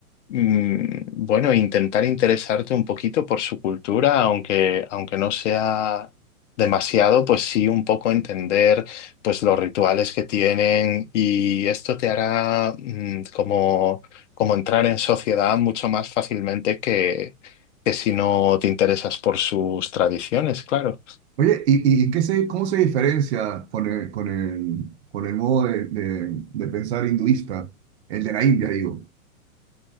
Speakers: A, on the left (about 55°); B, on the right (about 50°).
A: mm, bueno, intentar interesarte un poquito por su cultura, aunque, aunque no sea demasiado, pues sí, un poco entender pues los rituales que tienen y esto te hará, mm, como, como entrar en sociedad mucho más fácilmente que, que si no te interesas por sus tradiciones, claro.
B: Oye, ¿y, y qué se, cómo se diferencia con el, con el, con el modo de, de- de pensar hinduista? El de la India, digo.